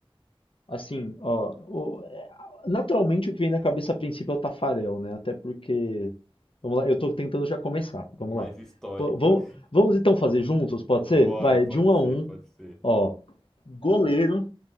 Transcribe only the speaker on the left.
Assim, ó, o- é, naturalmente o que vem na cabeça a princípio é o Tafarel, né? Até porque, vamos lá, eu tô tentando já começar, vamos
lá.
Pô, vamos, vamos então fazer juntos,
pode
ser? Vai,
de um
a um,
ó, goleiro,